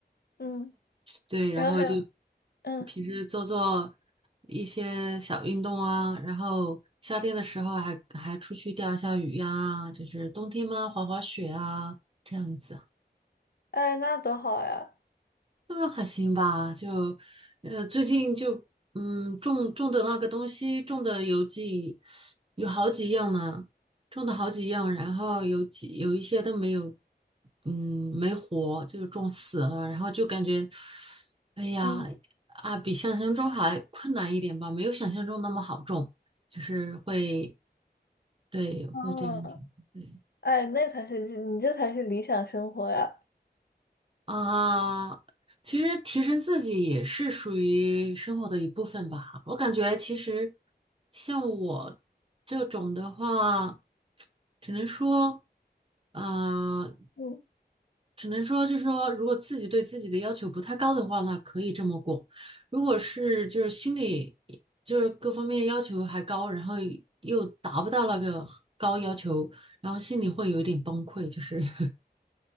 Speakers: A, on the left; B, on the right.
A: 嗯。
B: 对，然后就
A: 然后还有，嗯，
B: 平时做做一些小运动啊，然后夏天的时候还还出去钓一下鱼呀、就是冬天嘛滑滑雪啊这样子。
A: 哎，那多好呀，
B: 那还行吧，就，呃，最近就，嗯，种种的那个东西，种的有几，有好几样呢，种的好几样，然后有几有一些都没有，嗯，没活，就是种死了，然后就感觉，哎呀，
A: 嗯，
B: 啊，比想象中还困难一点吧，没有想象中那么好种，就是会，对，
A: 哦，
B: 会这样子，对。
A: 哎，那才是你这才是理想生活呀，
B: 啊，其实提升自己也是属于生活的一部分吧。我感觉其实像我这种的话，只能说，呃，
A: 嗯，
B: 只能说就是说，如果自己对自己的要求不太高的话，那可以这么过。如果是就是心里就是各方面要求还高，然后又达不到那个高要求，然后心里会有一点崩溃，就是 <laughs>